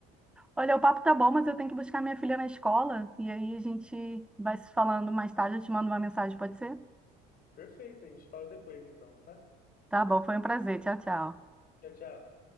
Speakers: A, in the centre; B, on the left (about 45°).
A: Olha, o papo tá bom, mas eu tenho que buscar minha filha na escola. E aí a gente vai se falando mais tarde. Eu te mando uma mensagem, pode ser?
B: Perfeito, a gente fala depois então, tá?
A: Tá bom, foi um prazer. Tchau, tchau.
B: Tchau, tchau.